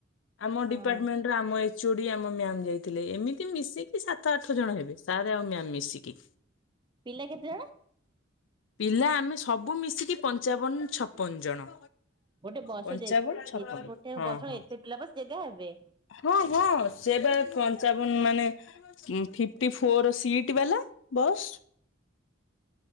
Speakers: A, on the left; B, on the right.
A: ଆମ
B: ହଁ।
A: ଡିପାର୍ଟମେଣ୍ଟର ଆମ ଏଚ୍ ଓ ଡି ଆମ ମ୍ୟାାମ ଯାଇଥିଲେ ଏମତି ମିତି ମିଶିକି ସାତ ଆଠ ଜଣ ହେବେ ସାର୍ ଆଉ ମ୍ୟାାମ ମିଶିକି।
B: ପିଲା କେତେ ଜଣ।
A: ପିଲା ଆମେ ସବୁ ମିଶିକି ପଞ୍ଚାବନ ଛପନ ଜଣ।
B: ଗୋଟେ ବସ
A: ପଞ୍ଚାବନ
B: ରେ ଯାଇ ଥି
A: ଛପନ
B: ଏ ଗୋଟେ
A: ହଁ
B: ବସ
A: ହଁ
B: ଏତେ ପିଲା ବସ ଜାଗା ହେବେ।
A: ହଁ ହଁ ସେ ବା ପଞ୍ଚାବନ ମାନେ ଫିଫ୍ଟି ଫୋର ସିଟ ବାଲା ବସ୍।